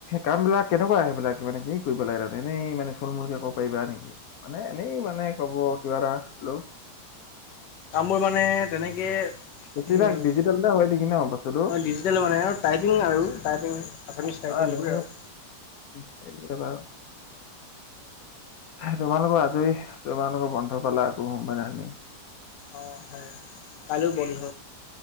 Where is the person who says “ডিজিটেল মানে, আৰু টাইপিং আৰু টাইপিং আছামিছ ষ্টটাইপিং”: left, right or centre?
Left